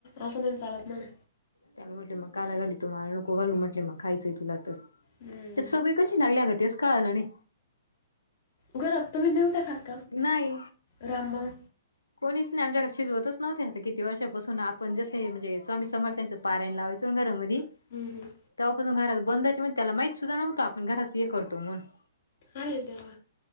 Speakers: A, on the left (about 50°); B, on the left (about 80°).
A: असं नाही ना चालत म्हणा.
B: त्याला म्हटले मग कायला घालीतो माळ, नको घालू म्हटले मग खायचंय तुला तर,
A: हं.
B: ते सग कशी नाय लागत तेच कळाल नाही.
A: घरात तुम्ही नव्हता का?
B: नाही.
A: रामभाऊ
B: कोणीच नाही आमच्याकडे शिजवतच नव्हते आता किती वर्षापासून आपण जसे म्हणजे स्वामी समर्थ्यांचं पारायण लावाय घरामध्ये
A: हं, हं.
B: तेव्हापासून घरात बंद‌ हाय म्हण त्याला माहित सुद्धा नव्हतं आपण घरात हे करतो म्हणून ‌.
A: आरे देवा